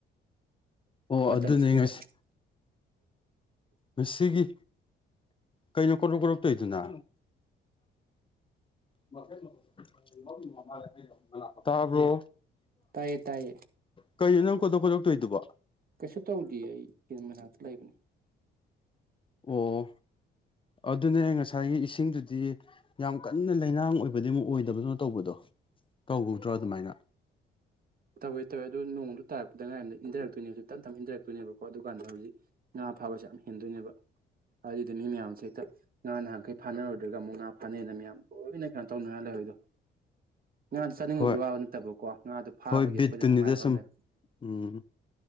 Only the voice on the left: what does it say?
ꯑꯣ
ꯑꯗꯨꯅꯦ ꯉꯁꯤ ꯁꯤꯒꯤ ꯀꯩꯅꯣ ꯀꯣ꯭ꯔꯞ ꯀꯣꯔꯣꯛ ꯇꯧꯗꯨꯅ <unintelligible> ꯇꯕ꯭ꯔꯣ
ꯀꯩꯅꯣ ꯅꯪ ꯀꯣꯠꯇꯣꯛ ꯀꯣꯠꯇꯣꯛ ꯊꯧꯏꯗꯨꯕꯨ
ꯑꯣ ꯑꯗꯨꯅꯦ ꯉꯁꯥꯏꯒꯤ ꯏꯁꯤꯡꯗꯨꯗꯤ ꯌꯥꯝ ꯀꯟꯅ ꯂꯩꯅꯥꯡ ꯑꯣꯏꯕꯗꯤ ꯑꯃꯨꯛ ꯑꯣꯏꯗꯕꯅꯣ ꯇꯧꯕꯗꯣ ꯀꯧꯗ꯭ꯔꯣ ꯑꯗꯨꯃꯥꯏꯅ
ꯍꯣꯏ
ꯍꯣꯏ
ꯕꯤꯠ ꯇꯨꯅꯤꯗ
ꯁꯨꯝ
ꯎꯝ